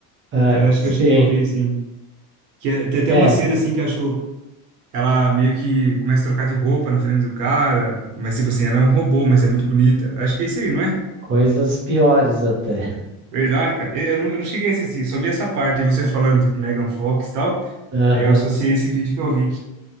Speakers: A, on the right; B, on the right.
A: É,
B: Então eu acho
A: sim.
B: que eu cheguei a ver, assim. Que é- tem até
A: É,
B: uma cena, assim, que eu acho. Ela meio que começa a trocar de roupa na frente do cara. Mas, tipo assim, ela é um robô, mas é muito bonita. Eu Acho que é isso aí, não é?
A: coisas piores até.
B: Verdade, cara. Eu eu não, eu não cheguei a assistir, eu só vi essa parte. e você falando, tipo, Megan Fox e tal.
A: Aham.
B: Aí eu associei esse vídeo que eu vi.